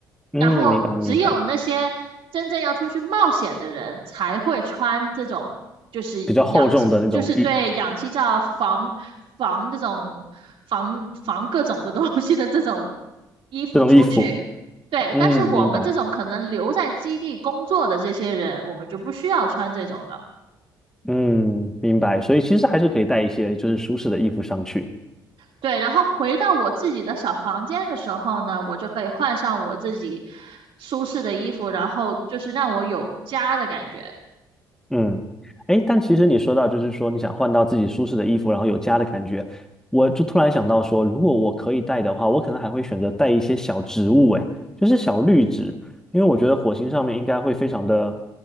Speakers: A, in the centre; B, on the right.
A: 嗯，
B: 然后只有那些真正要出去冒险的人才会穿这种，
A: 明白明白，
B: 就是氧气，
A: 比较厚重的那种衣
B: 就是对氧气罩防防这种防防各种的东西的这种衣服出去。
A: 这种衣服，
B: 对，
A: 嗯，
B: 但是我们这种可能留在基地工作的这些人，
A: 明白，
B: 我们就不需要穿这种的。
A: 嗯，明白，所以其实还是可以带一些就是舒适的衣服上去。
B: 对，然后回到我自己的小房间的时候呢，我就可以换上我自己舒适的衣服，然后就是让我有家的感觉。
A: 嗯，哎，但其实你说到，就是说你想换到自己舒适的衣服，然后有家的感觉，我就突然想到说，如果我可以带的话，我可能还会选择带一些小植物，哎，就是小绿植，因为我觉得火星上面应该会非常的，